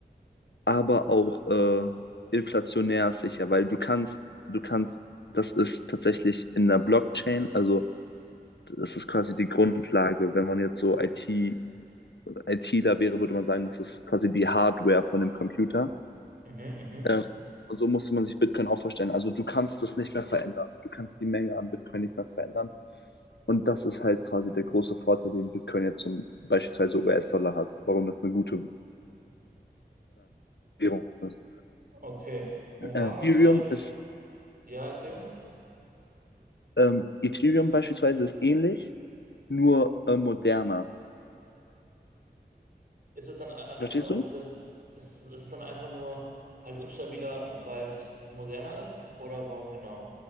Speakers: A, on the left; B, on the right.
A: aber auch äh, inflationär sicher, weil du kannst, du kannst, das ist tatsächlich in der Blockchain, also das ist quasi die Grundlage. Wenn man jetzt so IT, ITler wäre, würde man sagen, das ist quasi die Hardware von dem Computer.
B: Mhm, mhm.
A: Ähm, und so musste man sich Bitcoin auch vorstellen. Also du kannst das nicht mehr verändern. Du kannst die Menge an Bitcoin nicht mehr verändern. Und das ist halt quasi der große Vorteil, den Bitcoin jetzt zum beispielsweise US-Dollar hat, warum das eine gute Währung ist.
B: Okay. Und
A: Ähm,
B: warum dann
A: Ethereum
B: zum Beispiel,
A: ist
B: ja, erzähl,
A: ähm, Ethereum beispielsweise ist ähnlich, nur äh, moderner.
B: ist es dann e- einfach
A: Verstehst
B: nur auch,
A: du?
B: sehr- ist, ist es dann einfach nur halt unstabiler, weil es moderner ist? Oder warum genau?